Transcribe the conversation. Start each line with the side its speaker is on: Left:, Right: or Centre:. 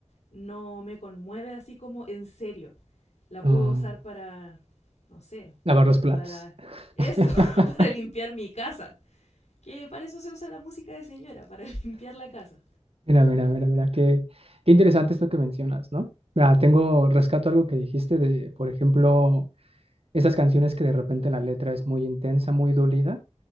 Left: no me conmueve así como en serio. La
Right: Ah,
Left: puedo usar para, no sé,
Right: lavar los platos.
Left: para
Right: <laughs>
Left: eso, <laughs> para limpiar mi casa. Que para eso se usa la música de señora, para <laughs> limpiar la casa.
Right: Mira, mira, mira, mira, qué, qué interesante esto que mencionas, ¿no? Mira, tengo, rescato algo que dijiste de, por ejemplo, esas canciones que de repente la letra es muy intensa, muy dolida